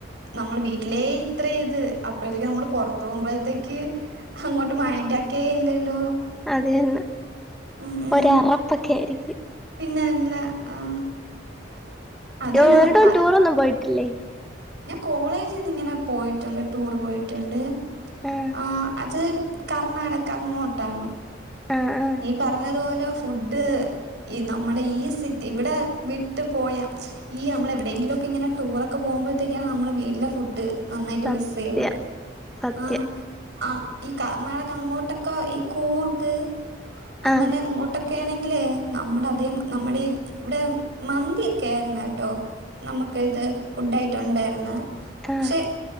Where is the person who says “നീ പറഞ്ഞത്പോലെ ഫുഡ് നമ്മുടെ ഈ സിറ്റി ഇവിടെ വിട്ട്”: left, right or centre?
Right